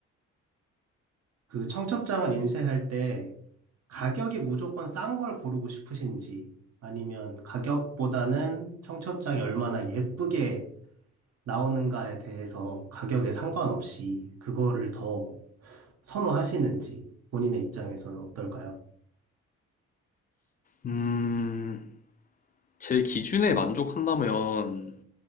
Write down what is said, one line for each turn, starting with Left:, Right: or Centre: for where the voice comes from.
Right: 그 청첩장을 인쇄할 때 가격이 무조건 싼 걸 고르고 싶으신지 아니면 가격보다는 청첩장이 얼마나 예쁘게 나오는가에 대해서 가격에 상관없이 그거를 더 선호하시는지 본인의 입장에서는 어떨까요?
Left: 음, 제 기준에 만족한다면